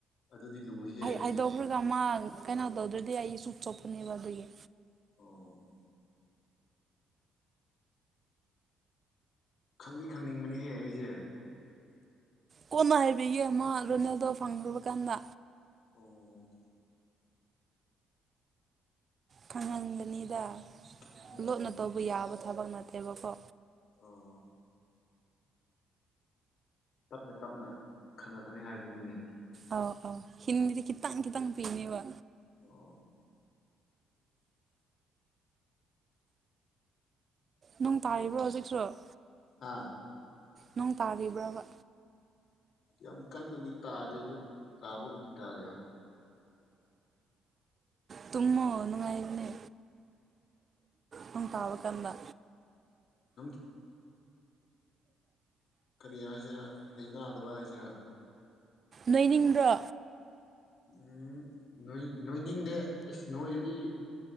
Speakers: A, on the left; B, on the right.
A: ꯑꯗꯨꯗꯤ ꯂꯨꯏꯍꯦ
B: ꯍꯥꯏꯗꯣꯛꯈ꯭ꯔꯒ ꯃꯥ ꯀꯩꯅꯣ ꯇꯧꯗ꯭ꯔꯗꯤ ꯑꯩꯁꯨ ꯆꯣꯞꯄꯅꯤꯕ ꯑꯗꯨꯒꯤ
A: ꯑꯣ ꯈꯪꯗꯤ ꯈꯪꯅꯤꯡꯕꯅꯤꯍꯦ ꯑꯩꯖꯦ
B: ꯀꯣꯟꯅ ꯍꯥꯏꯕꯤꯒꯦ ꯃꯥ ꯔꯣꯅꯦꯜꯗꯣ ꯐꯪꯂꯨꯕ ꯀꯥꯟꯗ
A: ꯑꯣ
B: ꯈꯪꯍꯟꯕꯅꯤꯗꯥ
A: ꯎꯝ
B: ꯂꯣꯠꯅ ꯇꯧꯕ ꯌꯥꯕ ꯊꯕꯛ ꯅꯠꯇꯦꯕꯀꯣ
A: ꯑꯣ ꯇꯞꯅ ꯇꯞꯅ ꯈꯪꯪꯂꯛꯀꯅꯤ ꯍꯥꯏꯗꯨꯅꯤꯅꯦ
B: ꯑꯧ ꯑꯧ <unintelligible> ꯈꯤꯇꯪ ꯈꯤꯇꯪ ꯄꯤꯅꯤꯕ
A: ꯑꯣ
B: ꯅꯣꯡ ꯇꯥꯔꯤꯕ꯭ꯔꯣ ꯍꯧꯖꯤꯛꯁꯨ ꯑꯪ
A: ꯍꯥ
B: ꯅꯣꯡ ꯇꯥꯔꯤꯕ꯭ꯔꯥꯕ
A: ꯌꯥꯝ ꯀꯟꯅꯗꯤ ꯇꯥꯗꯦ ꯑꯗꯣ ꯇꯥꯕꯕꯨꯗꯤ ꯇꯥꯔꯤ ꯍꯣꯏ
B: ꯇꯨꯝꯃꯣ ꯅꯨꯡꯉꯥꯏꯕꯅꯦ ꯅꯣꯡ ꯇꯥꯕ ꯃꯇꯝꯗ
A: <inaudible> ꯀꯔꯤ ꯍꯥꯏꯁꯤꯔꯥ ꯍꯩꯅꯥꯗꯕ ꯍꯥꯏꯁꯤꯔꯥ
B: ꯅꯣꯏꯅꯤꯡꯗ꯭ꯔꯣ
A: ꯎꯝ ꯅꯣꯏ ꯅꯣꯏꯅꯤꯡꯗꯦ ꯑꯁ ꯅꯣꯏꯔꯗꯤ